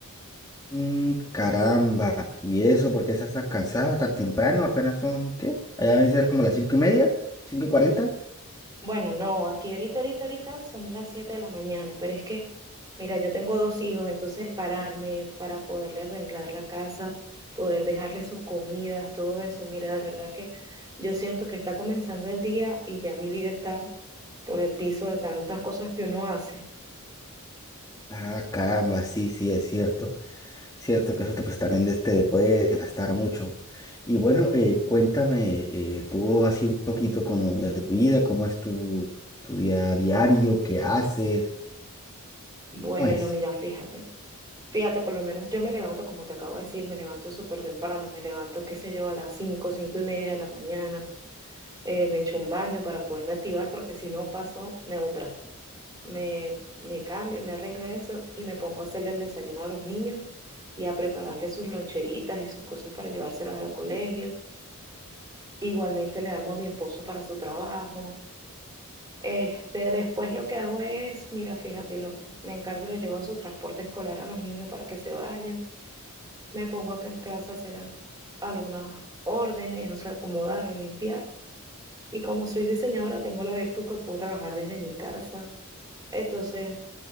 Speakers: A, on the left (about 15°); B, on the right (about 20°).
A: Mm, caramba. ¿Y eso? ¿Por qué estás tan cansada tan temprano? Apenas son, ¿qué? Allá deben ser como las cinco y media, cinco y cuarenta.
B: Bueno, no, aquí ahorita, ahorita, ahorita son las 7 de la mañana, pero es que, mira, yo tengo dos hijos, entonces el pararme para poderle arreglar la casa, poder dejarle sus comidas, todo eso, mira, de verdad que yo siento que está comenzando el día y ya mi vida está por el piso de tantas cosas que uno hace.
A: Ah, caramba, sí, sí, es cierto. Cierto que eso te, pues, también de- te puede gastar mucho. Y bueno, eh, cuéntame, eh, tú así un poquito como de tu vida, cómo es tu, tu día diario, qué haces,
B: Bueno,
A: ¿cómo es?
B: mira, fíjate, fíjate, por lo menos yo me levanto, como te acabo de decir, me levanto súper temprano, me levanto, qué sé yo, a las cinco cinco y media de la mañana, eh, me echo un baño para poderme activar porque si no paso neutra. Me, me cambio, me arreglo eso y me pongo a hacerle el desayuno a los niños y a prepararles sus loncheritas y sus cosas para llevárselas al colegio. Igualmente le armo a mi esposo para su trabajo. Este, después lo que hago es, mira, fíjate, lo- me encargo y lo llevo a su transporte escolar a los niños para que se vayan. Me pongo acá en casa a hacer al- algunas órdenes, o sea, acomodar, limpiar. Y como soy diseñadora, tengo la virtud que puedo trabajar desde mi casa. Entonces,